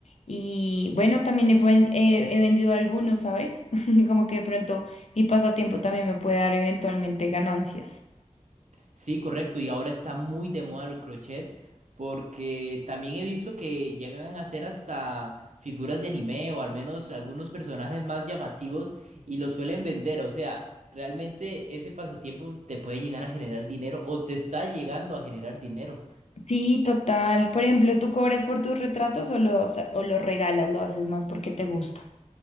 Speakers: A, on the left (about 70°); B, on the right (about 80°).
A: y bueno, también he, ven- he- he vendido algunos, ¿sabes? <laughs> Como que de pronto mi pasatiempo también me puede dar eventualmente ganancias.
B: Sí, correcto. Y ahora está muy de moda el crochet porque también he visto que llegan a hacer hasta figuras de anime o al menos algunos personajes más llamativos y los suelen vender. O sea, realmente ese pasatiempo te puede llegar a generar dinero o te está llegando a generar dinero.
A: Sí, total. Por ejemplo, ¿tú cobras por tus retratos o los, o los regalas? ¿Lo haces más porque te gusta?